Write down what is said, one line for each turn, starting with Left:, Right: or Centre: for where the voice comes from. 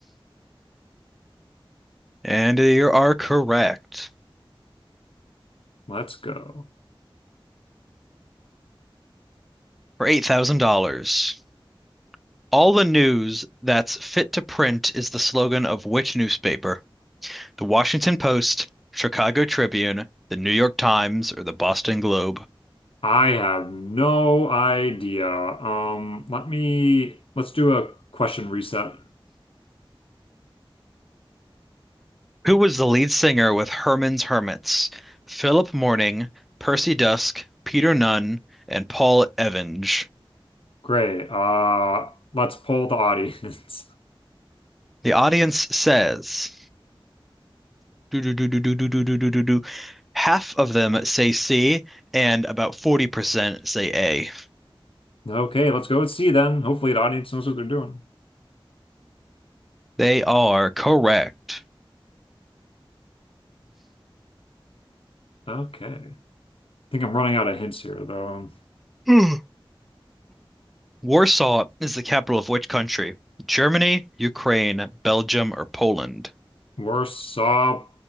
Centre: And you are correct
Left: Let's go.
Centre: for $8,000. All the news that's fit to print is the slogan of which newspaper? The Washington Post, Chicago Tribune, the New York Times, or the Boston Globe.
Left: I have no idea. Um, let me let's do a question reset.
Centre: Who was the lead singer with Herman's Hermits? Philip Morning, Percy Dusk, Peter Nunn, and Paul Evans.
Left: Great. Uh, let's poll the audience. <laughs>
Centre: The audience says do do do do do do do do do do. Half of them say C, and about 40% say A.
Left: Okay, let's go and see then. Hopefully the audience knows what they're doing.
Centre: They are correct.
Left: Okay. I think I'm running out of hints here though.
Centre: <clears throat> Warsaw is the capital of which country? Germany, Ukraine, Belgium, or Poland?
Left: Warsaw,